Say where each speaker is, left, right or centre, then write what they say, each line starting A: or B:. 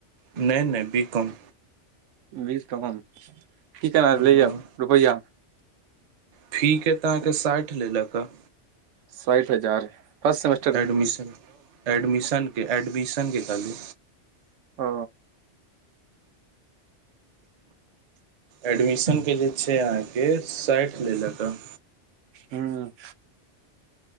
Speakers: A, on the right; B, on the right.
A: नहि नहि बी कम
B: बीस ठ के ने
A: हम्म,
B: ले आब रुपैआ
A: फीक के तऽ अहाँके साठि लेलक हँ
B: साठि हजार हर सेमस्टर
A: एडमिशन एडमिशनके एडमिशनके कहँलू
B: ओ
A: एडमिशनके जे छै अहाँके साठि लेलक ह
B: हुँ